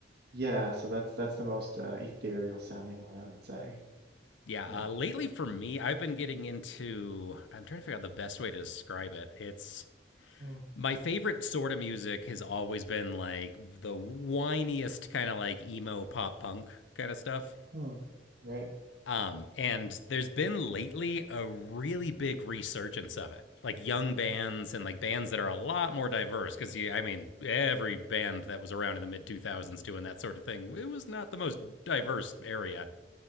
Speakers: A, on the right; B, on the left.
A: yeah, so that's that's the most uh, ethereal sounding one, I would say.
B: yeah,
A: Yeah.
B: uh, lately for me, I've been getting into. I'm trying to figure out the best way to describe it. It's
A: Mm,
B: my favorite sort of music has always been like the whiniest kind of like emo pop punk kind of stuff.
A: mm, right.
B: Um, and there's been lately a really big resurgence of it, like young bands and like bands that are a lot more diverse. Because I mean, every band that was around in the mid 2000s doing that sort of thing, it was not the most diverse area.